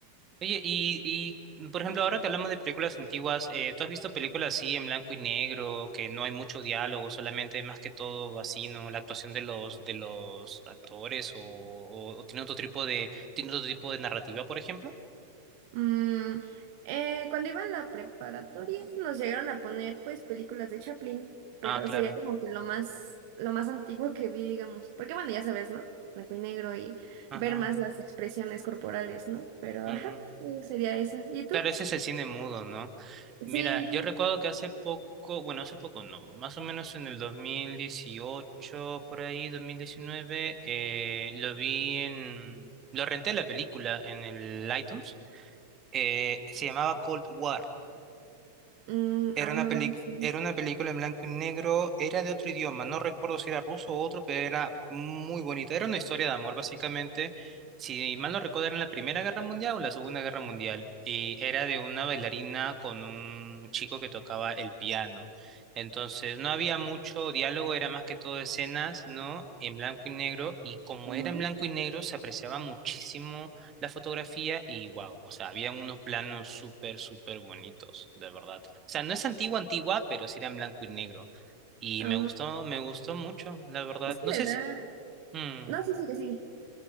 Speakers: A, on the right; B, on the right.
A: Oye, y, y por ejemplo, ahora que hablamos de películas antiguas, eh, ¿tú has visto películas así en blanco y negro, que no hay mucho diálogo, solamente más que todo así, ¿no? La actuación de los, de los actores o, o, o tiene otro tipo de, tiene otro tipo de narrativa, por ejemplo?
B: Mm, eh, cuando iba en la preparatoria nos llegaron a poner pues películas de Chaplin, pero
A: Ah, claro.
B: sería como que lo más, lo más antiguo que vi, digamos. Porque bueno, ya sabes, ¿no? Blanco y negro y
A: Ajá.
B: ver más las expresiones corporales, ¿no? Pero
A: mm.
B: ajá, eh, sería esa. ¿Y tú?
A: Claro, ese es el cine mudo, ¿no? Mira,
B: Sí.
A: yo recuerdo que hace poco, bueno, hace poco no, más o menos en el 2018 por ahí, 2019, eh, lo vi en, lo renté la película en el iTunes, eh, se llamaba Cold War.
B: Mm,
A: Era
B: ay,
A: una
B: no,
A: peli-
B: no. no sé.
A: era una película en blanco y negro, era de otro idioma, no recuerdo si era ruso o otro, pero era muy bonita. Era una historia de amor, básicamente. Si mal no recuerdo, era en la Primera Guerra Mundial o la Segunda Guerra Mundial. Y era de una bailarina con un chico que tocaba el piano. Entonces, no había mucho diálogo, era más que todo escenas, ¿no? En blanco y negro. Y como
B: Ujú.
A: era en blanco y negro, se apreciaba muchísimo la fotografía y wow, o sea, habían unos planos súper, súper bonitos, de verdad. O sea, no es antigua, antigua, pero sí era en blanco y negro. Y
B: Ah,
A: me gustó, me gustó mucho, la verdad.
B: es que
A: No
B: le
A: sé
B: da...
A: si... mm,
B: No, sí, sigue, sigue.